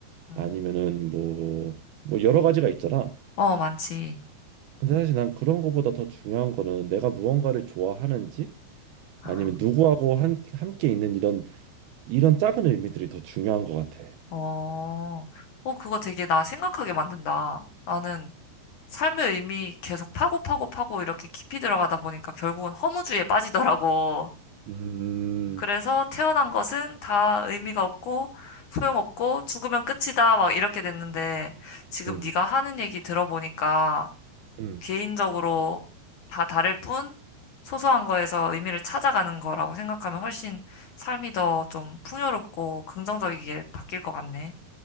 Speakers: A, on the right; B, on the left.
A: 아니면은
B: 음,
A: 뭐, 뭐 여러 가지가 있잖아.
B: 어, 많지.
A: 근데 사실 난 그런 거보다 더 중요한 거는 내가 무언가를 좋아하는지
B: 아,
A: 아니면 누구하고 한, 함께 있는 이런 이런 작은 의미들이 더 중요한 것 같아.
B: 어, 어, 그거 되게 나 생각하게 만든다. 나는 삶의 의미 계속 파고 파고 파고 이렇게 깊이 들어가다 보니까 결국은 허무주의에 빠지더라고.
A: 음,
B: 그래서 태어난 것은 다 의미가 없고 소용없고 죽으면 끝이다 막 이렇게 됐는데 지금
A: 음,
B: 네가 하는 얘기 들어보니까
A: 음,
B: 개인적으로 다 다를 뿐 소소한 거에서 의미를 찾아가는 거라고 생각하면 훨씬 삶이 더 좀 풍요롭고 긍정적이게 바뀔 것 같네.